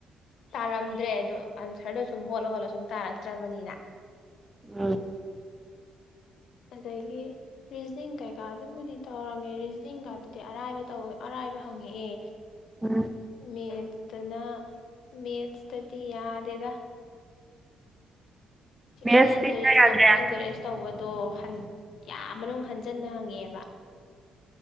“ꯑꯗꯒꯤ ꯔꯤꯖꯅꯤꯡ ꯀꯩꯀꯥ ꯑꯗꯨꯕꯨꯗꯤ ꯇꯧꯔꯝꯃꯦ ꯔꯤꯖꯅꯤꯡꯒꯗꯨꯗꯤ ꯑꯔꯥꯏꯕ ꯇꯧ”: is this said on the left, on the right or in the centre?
Left